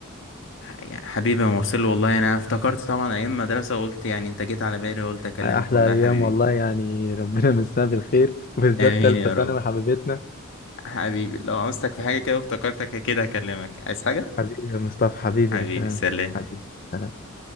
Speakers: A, on the left; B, on the left.
A: يعني حبيبي يا مرسل والله يعني انا افتكرت طبعا ايام مدرسة قلت يعني انت جيت على بالي وقلت اكلمك
B: احلى
A: والله
B: ايام
A: يا حبيبي
B: والله يعني ربنا يمسها بالخير بالذات
A: امين
B: تالتة
A: يا
B: ثانوي
A: رب
B: حبيبتنا
A: حبيبي لو عاوزتك في حاجة كده افتكرتك كده هكلمك عايز حاجة
B: حبيبي يا مصطفى حبيبي
A: حبيبي
B: ربنا
A: سلام
B: يمسك- حبيبي سلام